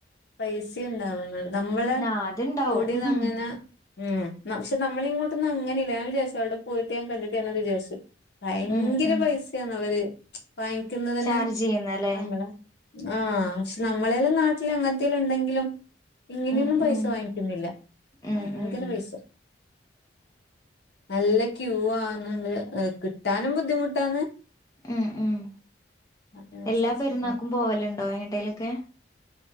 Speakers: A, on the left (about 60°); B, on the left (about 20°).
A: പൈസ ഉണ്ടാവുന്നുണ്ട് നമ്മള്
B: ആഹ് അത്ണ്ടാവും
A: കൂടിത
B: ഉം
A: അങ്ങനെ ഉം പക്ഷെ നമ്മളിങ്ങോട്ടൊന്നുംങ്ങന ഇല്ല ഞാ വിചാരിച്ചു അവിടെ പോയിട്ട് ഞാ കണ്ടിട്ട് വിചാരിച്ചു ഭയങ്കര
B: ഉം ഉം
A: പൈസയാന്ന്‌ അവര് വാങ്ങിക്കുന്നത് തന്നെ
B: ചാർജ് ചെയ്യുന്നല്ലേ
A: നമ്മളെ ആഹ് പക്ഷെ നമ്മളെല്ലാം നാട്ടില് അങ്ങനത്തല്ലാം ഉണ്ടെങ്കിലും ഇങ്ങനെയൊന്നും
B: ഉം
A: പൈസ
B: ഉം
A: സ് വാങ്ങിക്കുന്നില്ല
B: ഉം
A: ഭയങ്കര
B: ഉം
A: പൈസ
B: <inaudible>
A: നല്ല ക്യൂ ആന്നുണ്ട് കിട്ടാനും ബുദ്ധിമുട്ടാണ്
B: ഉം ഉം
A: അതിനനുസരിച്ച്
B: എല്ലാ പെരുന്നാക്കും പോവലുണ്ടോ എങ്ങട്ടേയിലൊക്കെ?